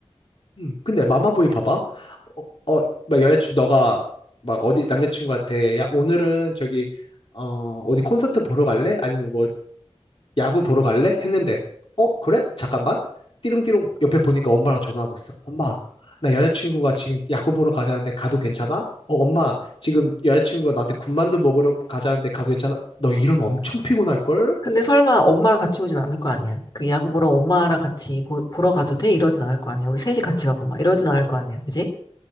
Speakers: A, on the left; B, on the left.
A: 음. 근데 마마보이 봐봐. 어, 어, 막 여자친구 너가 막 어디 남자친구한테 야 오늘은 저기 어 어디 콘서트 보러 갈래? 아니면 뭐 야구 보러 갈래? 했는데, 어, 그래? 잠깐만. 띠릉띠릉 옆에 보니까 엄마랑 전화하고 있어. 엄마, 나 여자친구가 지금 야구 보러 가자는데 가도 괜찮아? 어, 엄마, 지금 여자친구가 나한테 군만두 먹으러 가자는데 가도 괜찮아? 너 이러면 엄청 피곤할걸?
B: 근데 설마 엄마랑 같이 오진 않을 거 아니야. 그 야구 보러 엄마랑 같이 보, 보러 가도 돼? 이러진 않을 거 아니야. 우리 셋이 같이 가고 막 이러진 않을 거 아니야. 그지?